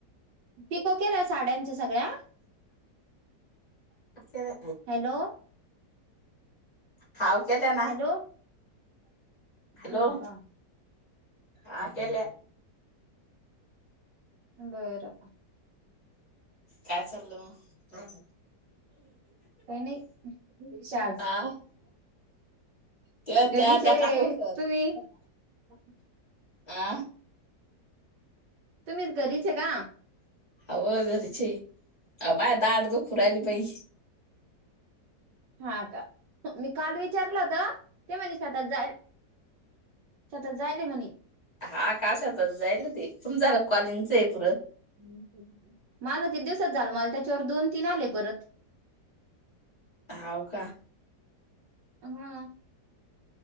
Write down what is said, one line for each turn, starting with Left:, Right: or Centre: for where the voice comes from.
Right: पिको केल्या साड्यांच्या सगळ्या
Left: केल्या
Right: हॅलो
Left: हाव केल्या ना
Right: हॅलो
Left: हॅलो
Right: हा का
Left: हा केल्या
Right: बरं
Left: काय चाललं मग
Right: काही नाही घरीच आज
Left: आ तं... त्या...
Right: घरीच
Left: त्या
Right: आहे
Left: टाक
Right: तुम्ही
Left: <unintelligible>
Right: <unintelligible>
Left: आ
Right: तुम्हीच घरीच ए का?
Left: हावं... घरीच ए... अवो... मायी दाढ दुखू रायली... पण
Right: हा का... मी काल विचारलं होतं... ते म्हनी शेतात जायल शेतात जायेल ए म्हणे
Left: हा काशातच जाईल ना ते... तुमचं झाला का कॉलिंगचं हे पुरं?
Right: माझं किती दिवसाचं झालं... माला त्याच्यावर दोन तीन आले परत
Left: हव का?
Right: हा.